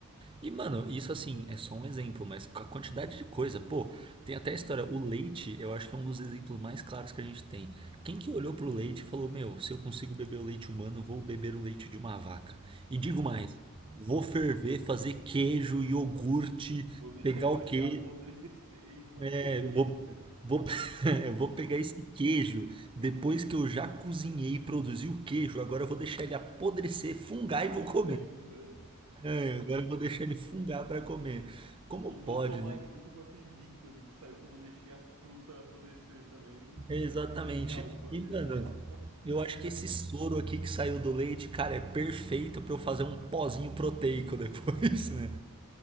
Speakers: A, on the right; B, on the right.
A: E, mano, isso assim é só um exemplo, mas com a quantidade de coisa, pô, tem até a história. O leite, eu acho que é um dos exemplos mais claros que a gente tem. Quem que olhou pro leite e falou: Meu, se eu consigo beber o leite humano, vou beber o leite de uma vaca. E digo mais: vou ferver, fazer queijo, iogurte,
B: Vou deixar
A: pegar
B: isso
A: o
B: aqui
A: queijo.
B: <laughs> apodrecer e vou comer
A: É, eu vou, vou, <laughs> eu vou pegar esse queijo depois que eu já cozinhei e produzi o queijo. Agora eu vou deixar ele apodrecer, fungar
B: mais
A: e vou comer.
B: ainda
A: É, agora eu vou deixar ele fungar para comer. Como
B: e vou
A: pode,
B: tomar
A: né?
B: junto com aquele líquido ali que saiu quando eu deixei a fruta apodrecer também,
A: É, exatamente.
B: quando eu deixei a uva
A: E,
B: virar
A: mano,
B: <laughs>
A: eu
B: fermento.
A: acho que esse soro
B: <laughs>
A: aqui que saiu do leite, cara, é perfeito para eu fazer um pozinho proteico depois, <laughs> né?